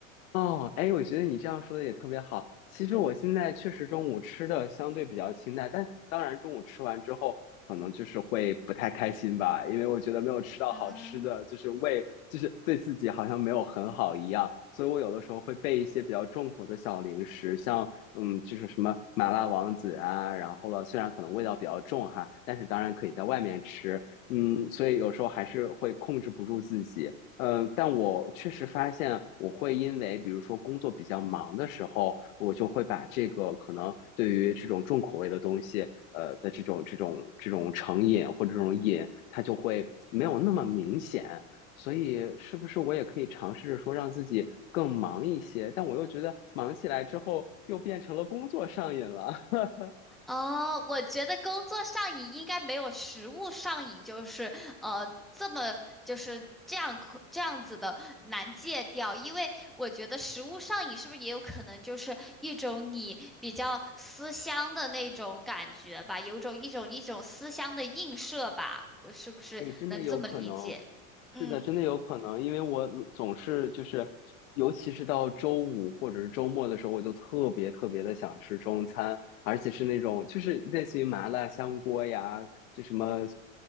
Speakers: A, on the left; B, in the centre.
A: 哦，哎，我觉得你这样说的也特别好。其实我现在确实中午吃的相对比较清淡，但当然中午吃完之后，可能就是会不太开心吧，因为我觉得没有吃到好吃的，
B: 嗯。
A: 就是胃就是对自己好像没有很好一样，所以我有的时候会备一些比较重口的小零食，像嗯，就是什么麻辣王子啊，然后了，虽然可能味道比较重哈，但是当然可以在外面吃，嗯，所以有时候还是会控制不住自己。嗯，但我确实发现，我会因为比如说工作比较忙的时候，我就会把这个可能对于这种重口味的东西，呃的这种这种这种成瘾或者这种瘾，它就会没有那么明显。所以，是不是我也可以尝试着说让自己更忙一些？但我又觉得忙起来之后又变成了工作上瘾了。<laughs>
B: 哦，我觉得工作上瘾应该没有食物上瘾，就是呃这么就是这样可这样子的难戒掉，因为我觉得食物上瘾是不是也有可能就是一种你比较思乡的那种感觉吧，有种一种一种思乡的映射吧，我是不是能这么理解？
A: 哎，真的有可能，
B: 嗯。
A: 是的，真的有可能，因为我总是就是，尤其是到周五或者是周末的时候，我就特别特别的想吃中餐，而且是那种就是类似于麻辣香锅呀，就什么呃